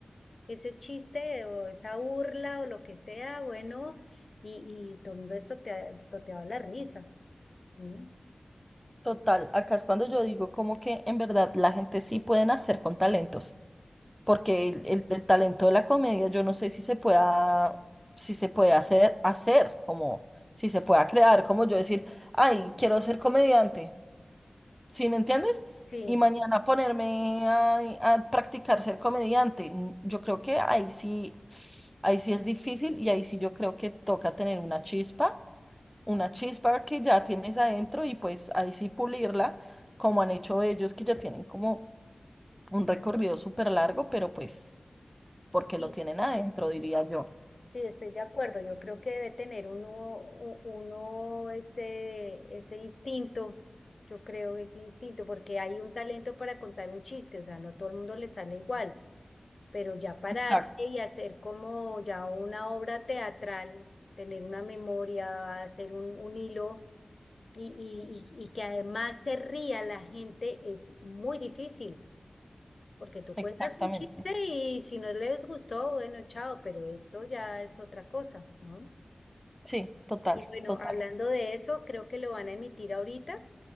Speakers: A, on the left; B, in the centre.
A: ese chiste o esa burla o lo que sea, bueno, y, y todo el mundo esto te ha toteado a la risa. ¿no?
B: Total, acá es cuando yo digo como que en verdad la gente sí puede nacer con talentos, porque el, el- el talento de la comedia yo no sé si se pueda, si se puede hacer, hacer, como si se pueda crear, como yo decir, ay, quiero ser comediante, ¿sí me entiendes?
A: Sí,
B: Y mañana ponerme a, a practicar ser comediante. N- Yo creo que ahí sí, ahí sí es difícil y ahí sí yo creo que toca tener una chispa una chispa que ya tienes adentro y pues ahí sí pulirla, como han hecho ellos que ya tienen como un recorrido súper largo, pero pues porque
A: sí,
B: lo tienen adentro, diría yo.
A: sí, estoy de acuerdo. Yo creo que debe tener uno, u- uno ese, ese instinto. Yo creo ese instinto, porque hay un talento para contar un chiste, o sea, no todo el mundo le sale igual, pero ya pararte
B: Exacto,
A: y hacer como ya una obra teatral, tener una memoria, hacer un, un hilo y, y, y y que además se ría la gente es muy difícil, porque tú
B: exactamente.
A: cuentas un chiste y si no les gustó, bueno, chao, pero esto ya es otra cosa, ¿no?
B: Sí, total,
A: Y bueno,
B: total.
A: hablando de eso, creo que lo van a emitir ahorita